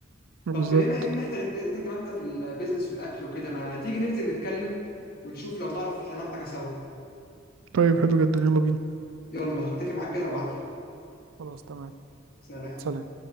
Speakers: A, on the right; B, on the left.
A: بالظبط
B: طب بما ان احنا الاتنين الاتنين دماغنا في البيزنس والاكل وكده ما تيجي ننزل نتكلم ونشوف لو نعرف هنعمل حاجه سوا
A: طيب حلو جدا يلا بينا
B: يلا هتفق معاك كده وابعتلك
A: خلاص تمام
B: سلام
A: سلام